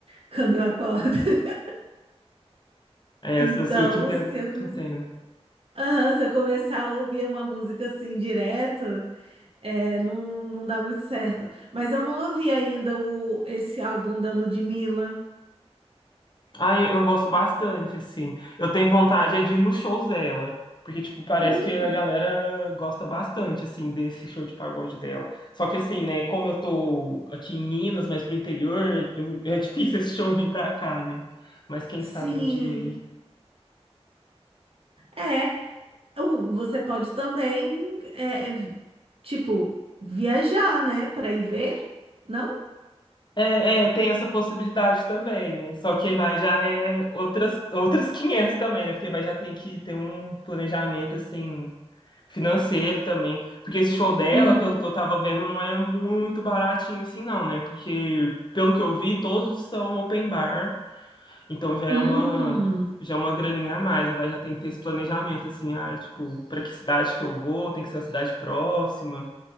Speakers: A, on the right (about 60°); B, on the left (about 45°).
A: <laughs> Quando eu acordo. <laughs>
B: é,
A: Então,
B: eu, sou- eu te entendo,
A: se eu começar,
B: te entendo.
A: Aham, se eu começar a ouvir uma música assim direto, é, não, não dá muito certo. Mas eu não ouvi ainda o, esse álbum da Ludmilla.
B: Ah, eu, eu gosto bastante, assim. Eu tenho vontade é de ir nos shows dela. Porque, tipo, parece
A: Hum,
B: que a galera gosta bastante, assim, desse show de pagode dela. Só que, assim, né, como eu tô aqui em Minas, mas pro interior, eu- é difícil esse show vir pra cá, né? Mas quem
A: sim.
B: sabe um dia aí.
A: É, o- você pode também, é, vi- tipo, viajar, né? Para ir ver, não?
B: É, é, tem essa possibilidade também, né? Só que vai já é outras, outras <laughs> 500 também, né? Porque vai já tem que ter um planejamento, assim, financeiro também. Porque esse show dela,
A: Uhum.
B: pelo que eu tava vendo, não é muito baratinho assim, não, né? Porque, pelo que eu vi, todos são open bar. Então já
A: Hum.
B: é uma, já é uma graninha a mais. Aí vai, já tem que ter esse planejamento, assim, ah tipo, para que cidade que eu vou, tem que ser uma cidade próxima.